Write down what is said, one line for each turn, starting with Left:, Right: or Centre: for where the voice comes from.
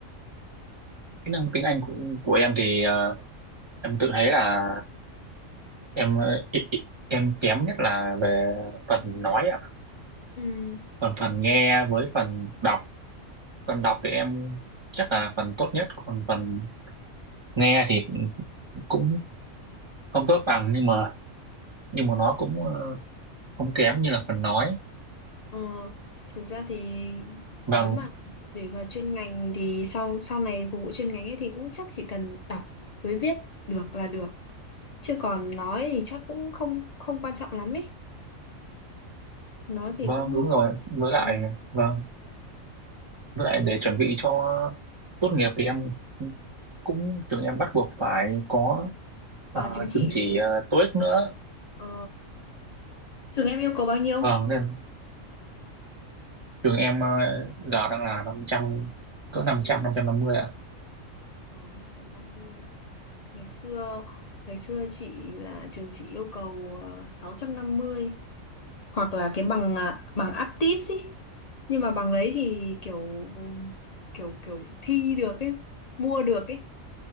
Right: kỹ năng tiếng Anh của, của em thì ờ, em tự thấy là em ờ, ý- ý- em kém nhất là về phần nói ạ
Left: Ừ.
Right: còn phần nghe với phần đọc phần đọc thì em chắc là phần tốt nhất còn phần nghe thì cũng không tốt bằng nhưng mà nhưng mà nó cũng ờ, không kém như là phần nói
Left: Ờ, thực ra thì
Right: vâng
Left: nếu mà để vào chuyên ngành thì sau sau này phục vụ chuyên ngành ấy thì cũng chắc chỉ cần đọc với viết được là được chứ còn nói thì chắc cũng không không quan trọng lắm ấy nói thì
Right: vâng
Left: cũng
Right: đúng rồi với lại
Left: ừ.
Right: vâng với lại để chuẩn bị cho tốt nghiệp thì em cũng trường em bắt buộc phải có ờ,
Left: à, chứng chỉ
Right: chứng chỉ
Left: đúng không?
Right: ờ, TOEIC nữa
Left: Ờ, trường em yêu cầu bao nhiêu?
Right: vâng nên trường em ờ, giờ đang là 500, cỡ năm năm trăm năm trăm năm mươi ạ
Left: Ờ, năm trăm năm mươi ngày xưa ngày xưa chị là trường chị yêu cầu ờ, sáu trăm năm mươi hoặc là cái bằng à, bằng aptis ý nhưng mà bằng đấy thì kiểu kiểu kiểu thi được ấy mua được ấy